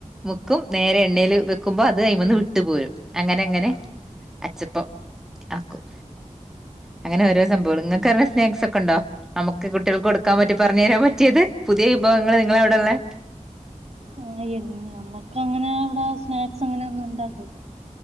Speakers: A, in the centre; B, on the right.
A: മുക്കും നേരെ എണ്ണെല് വെക്കുമ്പോ അത് അയ്മെന്ന് വിട്ടു പോരും അങ്ങനെ അങ്ങനെ അച്ചപ്പം ആക്കും അങ്ങനെ ഓരോ സംബോള് <unintelligible> സ്നാക്സ് ഒക്കെ ഒണ്ടോ നമുക്ക് കുട്ടികൾക്ക് കൊടുക്കാൻ പറ്റി പറഞ്ഞു തരാൻ പറ്റിയത് പുതിയ വിഭവങ്ങള് നിങ്ങളവിടെ ഒള്ളേ
B: ആഹ് നമ്മുക്ക് അങ്ങനെ അവടെ സ്നാക്സ് അങ്ങനെ ഒന്നും ഉണ്ടാക്കൂല